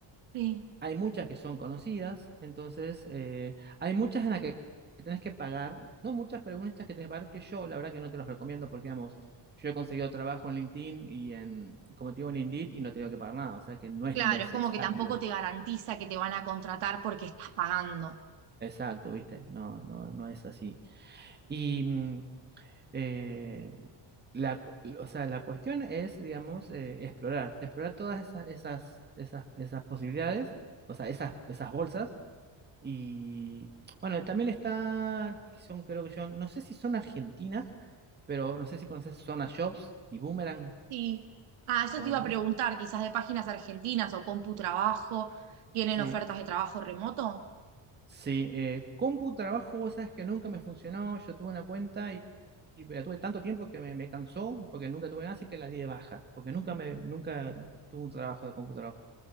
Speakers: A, on the right; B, on the right.
A: Sí.
B: hay muchas que son conocidas, entonces eh, hay muchas en las que tenés que pagar, no muchas, pero hay muchas que tenés que pagar que yo, la verdad que no te los recomiendo porque, digamos, yo he conseguido trabajo en LinkedIn y en, como te digo, en Indeed y no tengo que pagar nada, o sea que no es
A: Claro,
B: necesario.
A: es como que tampoco te garantiza que te van a contratar porque estás pagando.
B: Exacto, ¿viste? No, no, no es así. Y mm, eh, la, cu- o sea, la cuestión es, digamos, eh, explorar, explorar todas esas, esas, esas, esas posibilidades, o sea, esas, esas bolsas Y bueno, también está, que son creo que yo, no sé si son argentinas, pero no sé si conoces Zona Jobs y Boomerang.
A: Sí. Ah, eso
B: Bueno,
A: te iba a
B: es-
A: preguntar, quizás de páginas argentinas o CompuTrabajo, ¿tienen
B: sí,
A: ofertas de trabajo remoto?
B: sí. eh, Compu Trabajo, vos sabes que nunca me funcionó. Yo tuve una cuenta y, y la tuve tanto tiempo que me, me cansó, porque nunca tuve nada, así que la di de baja, porque nunca me, nunca tuve un trabajo de Compu Trabajo.